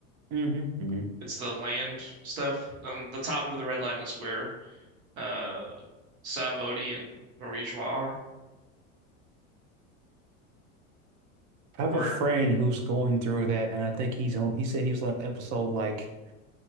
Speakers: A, on the right; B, on the right.
A: <laughs> hmm hmm
B: It's the land stuff. Um, the top of the red line is where uh Sab Odie and Marie Joie are,
A: I have
B: where
A: a friend who's going through that, and I think he's on, he said he was on episode like